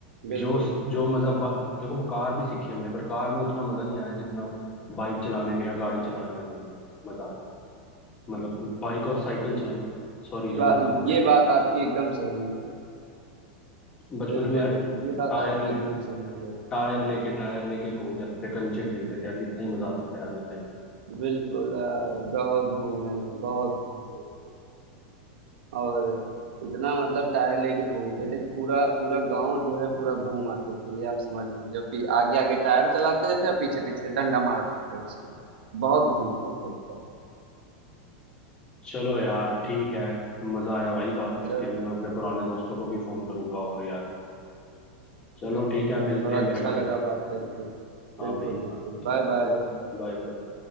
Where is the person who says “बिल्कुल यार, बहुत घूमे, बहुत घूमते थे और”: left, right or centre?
Right